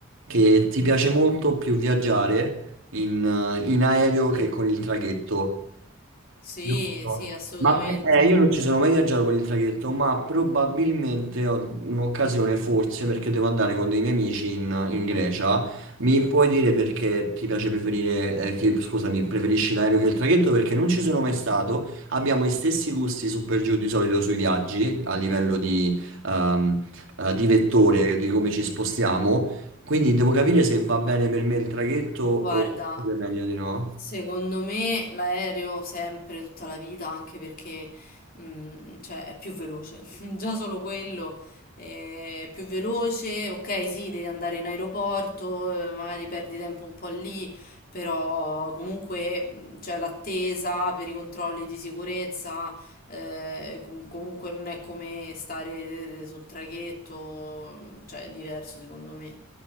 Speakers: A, on the right; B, on the left.
A: che ti piace molto più viaggiare in in aereo che con il traghetto.
B: Sì,
A: Giusto.
B: sì, assolutamente.
A: Ma pe- eh, io non ci sono mai viaggiato con il traghetto, ma probabilmente ho un'occasione, forse, perché devo andare con dei miei amici in, in Grecia. Mi puoi dire perché ti piace preferire, eh, ti- scusami, preferisci l'aereo che il traghetto? Perché non ci sono mai stato. Abbiamo gli stessi gusti su per giù di solito sui viaggi, a livello di, ehm, eh, di vettore, di come ci spostiamo. Quindi devo capire se va bene per me il traghetto o
B: Guarda,
A: meglio di no.
B: Secondo me l'aereo sempre, tutta la vita, anche perché mh, cioè, è più veloce, <laughs> già solo quello eh, è più veloce, ok sì, devi andare in aeroporto, eh, magari perdi tempo un po' lì, però comunque mh, c'è l'attesa per i controlli di sicurezza, eh, com- comunque non è come stare sul traghetto, cioè è diverso secondo me.